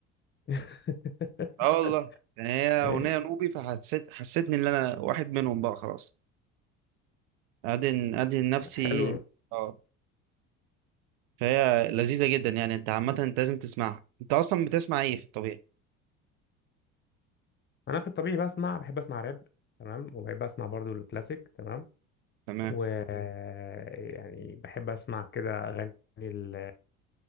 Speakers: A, on the left (about 30°); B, on the right (about 65°).
A: <laughs>
B: اه والله يعني هي أغنية
A: إيه؟
B: نوبي فحسيت حسيتني إن أنا واحد منهم بقى خلاص أدهن أدهن نفسي
A: حلو
B: اه فهي لذيذة جدا يعني أنت عامة أنت لازم تسمعها أنت أصلا بتسمع إيه في الطبيعي
A: انا في الطبيعي بسمع بحب اسمع راب تمام وبحب اسمع برضو الكلاسيك تمام
B: تمام
A: و يعني بحب اسمع كده اغاني ال